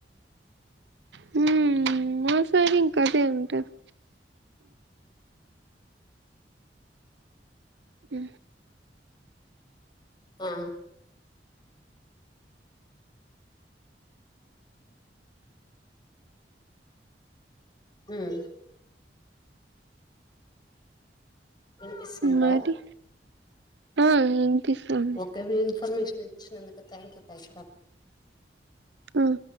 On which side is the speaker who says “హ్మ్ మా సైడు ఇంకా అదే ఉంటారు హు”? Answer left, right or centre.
Right